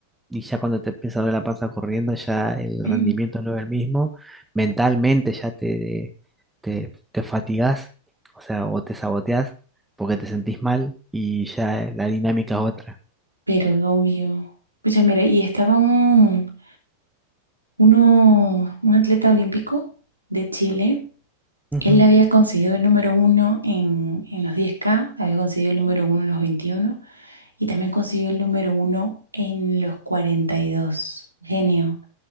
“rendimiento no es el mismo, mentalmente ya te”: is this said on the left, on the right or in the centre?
Centre